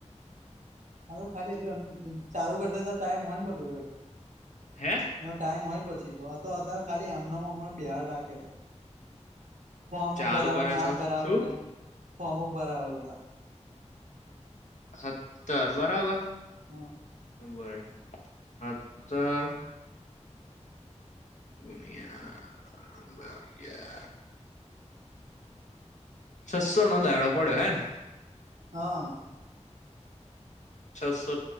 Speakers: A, on the right; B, on the left.
A: હા તો ખાલી હજુ એમ ચાલુ કરશે તો ટાઈમ હોય ને બગ ભાઈ
B: હે
A: એનો ટાઈમ હોય પછી તો આ તો અતર ખાલી એમનામાં હમને બેહાર રાખે ફોર્મો
B: ચાલુ
A: ભરાવેને
B: કરે તો
A: આ ભરાવેને
B: શું
A: ફોર્મો ભરાવે બધા
B: સતર બરાબર
A: હા.
B: ઉભો રે સતર ગુનિયા ભાગીયા છસ્સો નો દાડો પડ્યો હે ને
A: હા.
B: છસો